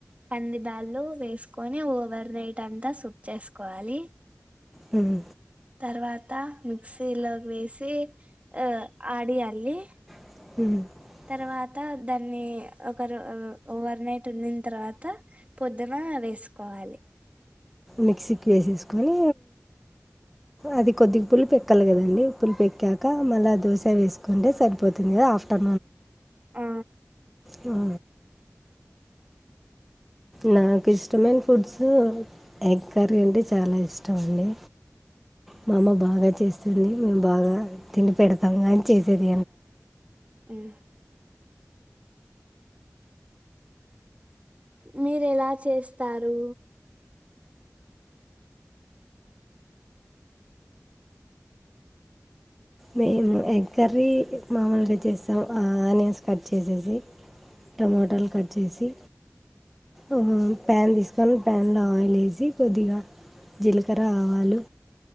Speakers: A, on the right; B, in the centre.
A: కంది బ్యాళ్ళు వేసుకొని ఓవర్ నైట్ అంతా సుక్ చేసుకోవాలి.
B: హ్మ్
A: తర్వాత మిక్సీలో వేసి ఆ ఆడియాలి
B: <inaudible>
A: తర్వాత దాన్ని ఒకరో ఓవర్ నైట్ ఉన్నిన తర్వాత పొద్దున వేసుకోవాలి
B: మిక్సీకి వేసేసుకొని అది కొద్దిగా పుల్పేక్కాలి కదండి పుల్ పెక్కాక మళ్ళీ ఆ దోశ వేస్ కుంటే సరిపోతుంది కదా ఆఫ్ <inaudible>
A: ఆ
B: ఆ నా కిష్ స్టమైన ఫుడ్స్ ఎగ్ కర్రీ అంటే చాలా ఇష్టం అండి మా అమ్మ బాగా చేస్తుంది మేము బాగా తిండి పెడతాం అని చేస్ <inaudible>
A: మ్ మీరు ఎలా చేస్తారు.
B: మేము ఎగ్ కర్రీ మామూల్గా చేస్తాం ఆనియన్స్ కట్ చేసేసి టమాటాలు కట్ చేసి ఆహ పాన్ తీస్కో ప్యాన్లో ఆయిల్ ఏసి కొద్దిగా జీలకర్ర, ఆవాలు,